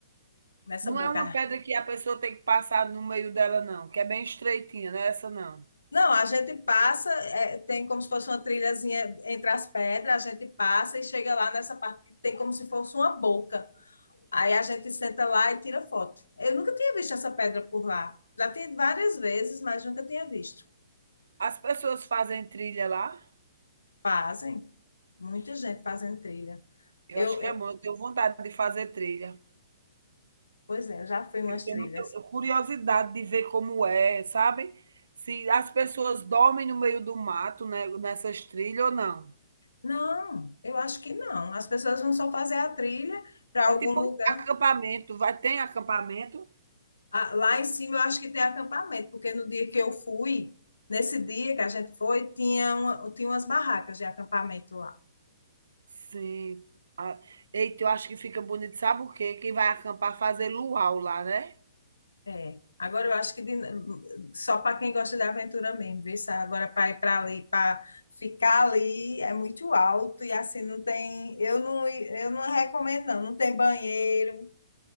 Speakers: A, on the left (about 80°); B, on the right (about 70°).
A: nessa
B: Não
A: boca.
B: é uma pedra que a pessoa tem que passar no meio dela não, que é bem estreitinha, não é essa não.
A: Não, a gente passa, é, tem como se fosse uma trilhazinha entre as pedras, a gente passa e chega lá nessa parte que tem como se fosse uma boca. Aí a gente senta lá e tira foto. Eu nunca tinha visto essa pedra por lá. Já tem várias vezes, mas nunca tinha visto.
B: As pessoas fazem trilha lá?
A: Fazem, muita gente fazendo trilha.
B: Eu
A: Eu,
B: acho que
A: eu-
B: é bom, eu tenho vontade de fazer trilha.
A: pois é, eu já fui em umas
B: Eu tenho
A: trilhas.
B: muita curiosidade de ver como é, sabe. Se as pessoas dormem no meio do mato, né, nessas trilhas ou não.
A: Não, eu acho que não. As pessoas vão só fazer a trilha para algum
B: É tipo
A: lugar.
B: um acampamento, vai tem acampamento?
A: Ah, Lá em cima eu acho que tem acampamento, porque no dia que eu fui, nesse dia que a gente foi, tinha, uma, tinha umas barracas de acampamento lá.
B: Sim. Ah, eita, eu acho que fica bonito, sabe o quê? Quem vai acampar fazer luau lá, né.
A: É. Agora eu acho que de- só para quem gosta de aventura mesmo, viu? Sá? Agora para ir para ali, para ficar ali é muito alto e assim não tem. Eu não, eu não recomendo, não. Não tem banheiro.